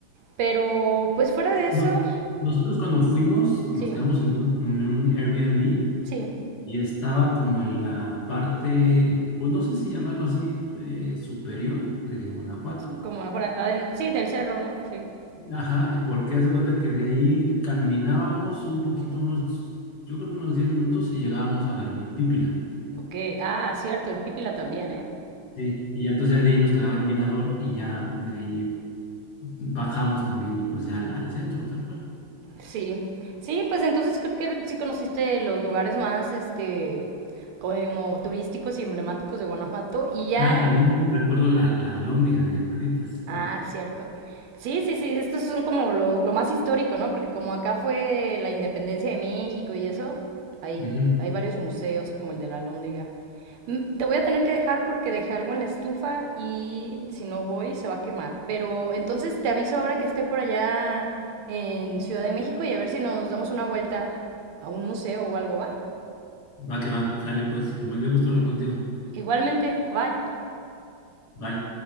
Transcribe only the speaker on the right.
Pero pues fuera de
eso,
sí,
sí,
como afuera, aden- sí, del cerro, ¿no? Sí.
Ok, ah, cierto, el Pípila también, ¿eh?
Sí, sí, pues entonces creo que sí conociste los lugares más, este, como turísticos y emblemáticos de Guanajuato y ya
Ah,
cierto. Sí, sí, sí, esto son como lo, lo más histórico, ¿no? Porque como acá fue la independencia de México y eso, hay,
hay varios museos como el de la Lóndriga. Mm, Te voy a tener que dejar porque dejé algo en la estufa y si no voy se va a quemar. Pero entonces te aviso ahora que esté por allá en Ciudad de México y a ver si nos damos una vuelta a un museo o algo, ¿va?
Igualmente, bye.